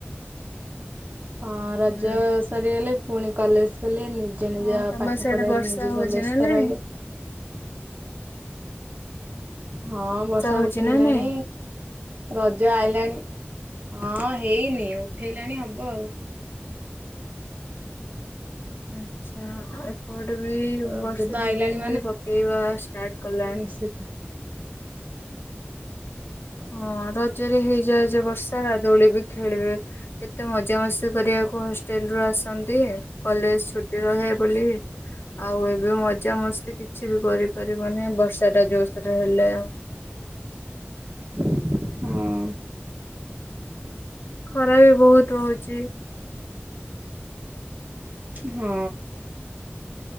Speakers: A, on the right; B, on the left.
A: ହଁ ରଜ
B: ହୁଁ
A: ସରିଗଲେ ଫୁଣି କଲେଜ ଖୋଲିବେନି। ନିଜ
B: ହଁ
A: ନିଜ
B: ତମର
A: ପାଠ
B: ସିଆଡେ
A: ପଢାରେ
B: ବର୍ଷା
A: ନିଜେ
B: ହଉଛି
A: ସବୁ ବେସ୍ତ
B: ନା ନାଇଁ
A: ରହିବେ। ହଁ ବର୍ଷା
B: ହଉଛି
A: ଉଠେଇଲାଣି।
B: ନା ନାଇଁ
A: ରଜ ଆଇଲାଣି ହଁ ହେଇନି ଉଠେଇଲାଣି ହବ ଆଉ।
B: ଆଚ୍ଛା ଏପଟେ ବି
A: ରଜ
B: ବର୍ଷା
A: ତ ଆଇଲାଣି
B: ଝିପଝିପି ପକେଇବା ଷ୍ଟାର୍ଟ କଲାଣି।
A: ସେଟା।
B: ହଁ ରଜରେ ହେଇଯାଏ ଯେ ବର୍ଷା ଦୋଳିିବି ଖେଳିବି। ଏତେ ମଜାମସ୍ତି କରିବାକୁ ହଷ୍ଟେଲ ରୁ ଆସନ୍ତି କଲେଜ ଛୁଟି ରହେ ବୋଲି। ଆଉ ଏବେ ମଜା ମସ୍ତି କିଛି ବି କରିପାରିବନି ବର୍ଷା ଟା ଜୋରସୋର ହେଲେ ଆଉ।
A: ହୁଁ।
B: ଖରା ବି ବହୁତୁ ହୋଉଛି।
A: ହୁଁ।